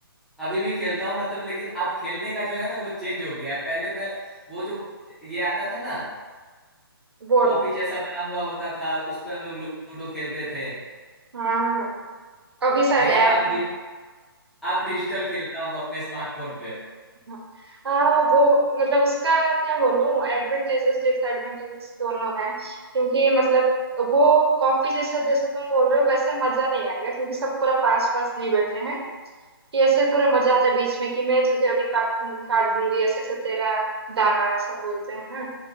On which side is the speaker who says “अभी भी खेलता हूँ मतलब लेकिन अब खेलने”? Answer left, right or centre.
Centre